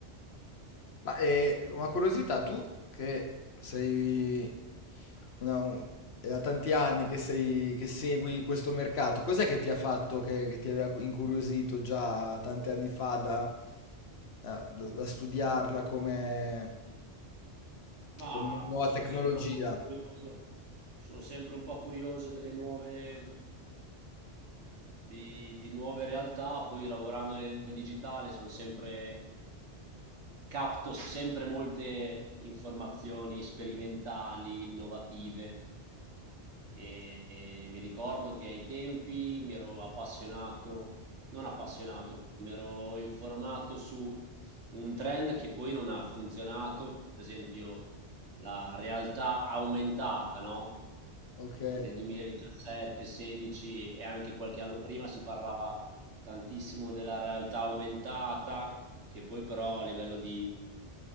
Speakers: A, on the left; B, on the right.
A: Ma eh, una curiosità, tu che sei una- un- è da tanti anni che, sei, che segui questo mercato, cos'è che ti ha fatto, che, che ti aveva cu- incuriosito già tanti anni fa da, da- da da studiarla come,
B: Ma
A: come nu- nuova
B: mh, sono
A: tecnologia?
B: sempre un po' curioso, sono sempre un po' curioso delle nuove, di, di nuove realtà, poi lavorando nel digitale sono sempre, capto sempre molte informazioni sperimentali, innovative e mi ricordo che ai tempi mi ero appassionato, non appassionato, mi ero informato su un trend che poi non ha funzionato, per esempio la realtà aumentata, no?
A: Ok.
B: Nel 2017, 16 e anche qualche anno prima si parlava tantissimo della realtà aumentata, che poi però a livello di